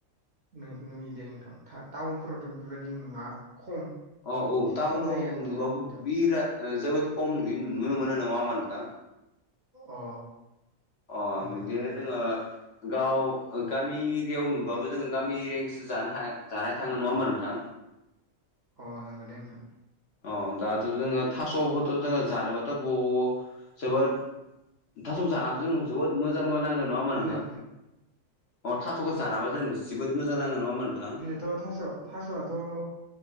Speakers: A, on the right; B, on the left.
A: नों नुयो दे नोंथां टाउनफोरावथ' बेफोरबायदि नुवा खम।
B: औ औ
A: एसे
B: टाउनाव
A: खम जायो आरो नोङो
B: नुबाबो
A: ना नोंथां
B: बिराद जोबोद खमहै नुनो मोनो नङा होमबा नोंथां।
A: अ
B: अ
A: नोंथां
B: बिदिनो
A: नंगौ दे
B: जोंङो। गाव गामि एरियाव नुबाबो जोङो गामि एरेनसो जानो थाङो जानो थाङो नङा होमबा नोंथां।
A: अ नंगौ दे नोंथां।
B: औ दाथ' जोङो थास'खौथ' जोङो जानोबाथ' ब जोबोद थास' जानासो जों जोबोद मोजां नाङो नङा होमबा
A: मा होनदों
B: नोंथां। अ थास'खौ जानाबा जों जोबोद मोजां नाङो नङा होमा नोंथां।
A: थ' थास' थास' आथ'।